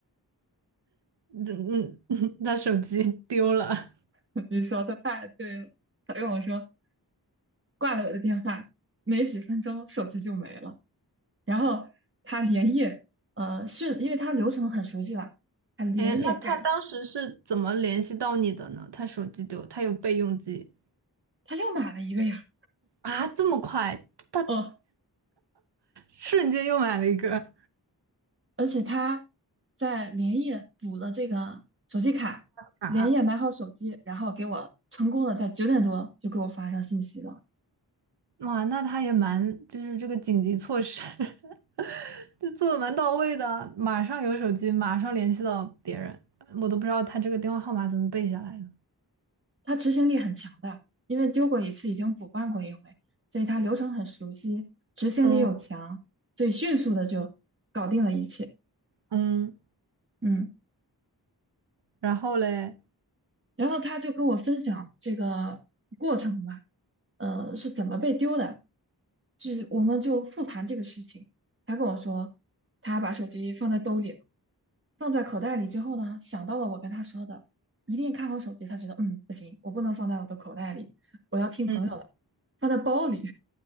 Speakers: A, on the right; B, on the right.
A: 嗯嗯，他手机丢了。
B: <laughs> 你说的太对了。他跟我说挂了我的电话，没几分钟手机就没了。然后他连夜，呃，是因为他流程很熟悉了，他连夜干，
A: 哎，那他当时是怎么联系到你的呢？他手机丢，他有备用机
B: 他又买了一个呀，
A: 啊，这么快，他
B: 哦，
A: 瞬间又买了一个
B: 而且他在连夜补了这个手机卡，
A: 啊，
B: 连夜买好手机，然后给我成功的在九点多就给我发上信息了。
A: 哇，那他也蛮，就是这个紧急措施，<laughs> 就做的蛮到位的，马上有手机，马上联系到别人，我都不知道他这个电话号码怎么背下来的。
B: 他执行力很强的，因为丢过一次已经补办过一回，所以他流程很熟悉，执行力又强，
A: 嗯
B: 所以迅速的就搞定了一切。
A: 嗯，
B: 嗯。
A: 然后嘞，
B: 然后他就跟我分享这个过程嘛，呃，是怎么被丢的，就是我们就复盘这个事情。他跟我说，他把手机放在兜里了，放在口袋里之后呢，想到了我跟他说的，一定看好手机。他觉得，嗯，不行，我不能放在我的口袋里，我要听朋友的，
A: 嗯
B: 放在包里。